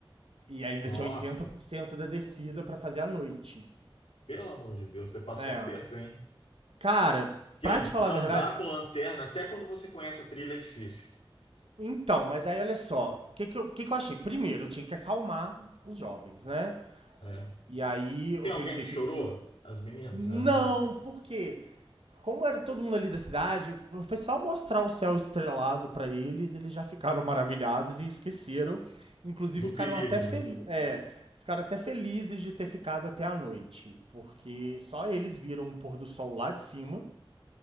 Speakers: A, on the right; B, on the left.
A: E ainda
B: Nossa,
A: tinha 80% da descida para fazer à noite.
B: pelo amor de Deus, você passou
A: É.
B: aperto, hein?
A: Cara,
B: Que
A: pra
B: an-
A: te falar
B: andar
A: a verdade,
B: com lanterna, até quando você conhece a trilha, é difícil.
A: Então, mas aí olha só, o que que eu, que que eu achei? Primeiro, eu tinha que acalmar os jovens, né?
B: É.
A: E aí eu
B: Tem alguém
A: pensei
B: que
A: que
B: chorou?
A: eles iam.
B: As meninas,
A: Não,
B: geralmente.
A: porque como era todo mundo ali da cidade, foi só mostrar o céu estrelado pra eles, eles já ficaram maravilhados e esqueceram. Inclusive
B: Do
A: ficaram
B: perigo,
A: até felizes,
B: né?
A: é, ficaram até felizes de ter ficado até a noite, porque só eles viram o pôr do sol lá de cima,